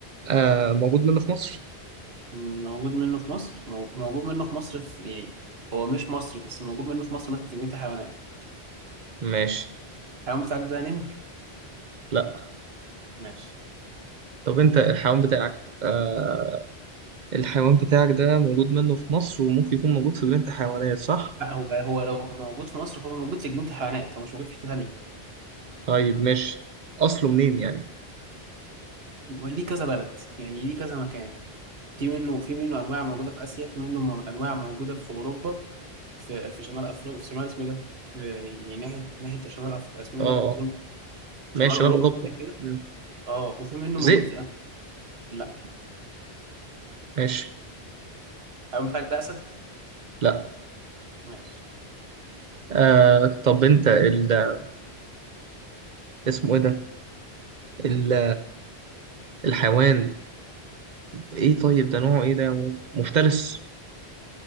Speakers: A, on the right (about 50°); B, on the right (about 70°).
A: آه موجود منه في مصر
B: موجود منه في مصر مو- موجود منه في مصر في يعني هو مش مصري بس موجود منه في مصر مثلا في جنينة الحيوانات
A: ماشي
B: الحيوان بتاعك ده نمر
A: لا
B: ماشي
A: طب انت الحيوان بتاعك آه الحيوان بتاعك ده موجود منه في مصر وممكن يكون موجود في جنينة الحيوانات صح؟
B: لا هو هو لو موجود في مصر فهو موجود في جنينة الحيوانات هو مش موجود في حتة تانية
A: طيب ماشي اصله منين يعني؟
B: هو ليه كذا بلد يعني ليه كذا مكان في منه في منه انواع موجوده في اسيا في منه مو- انواع موجوده في اوروبا في في شمال افريقيا في شمال اسمه إيه ده في يعني ناحيه ناحيه شمال أف... اسمه
A: اه
B: إيه ده
A: اه
B: شمال
A: ماشي شمال
B: اوروبا
A: اوروبا
B: كده كده.
A: مم.
B: اه وفي منه موجود
A: ذئب
B: في الأم... لا
A: ماشي
B: الأمن بتاعك ده اسد
A: لا
B: ماشي
A: آه طب انت ال... اسمه ايه ده؟ ال... الحيوان ايه طيب ده نوعه ايه ده يا مول؟ مفترس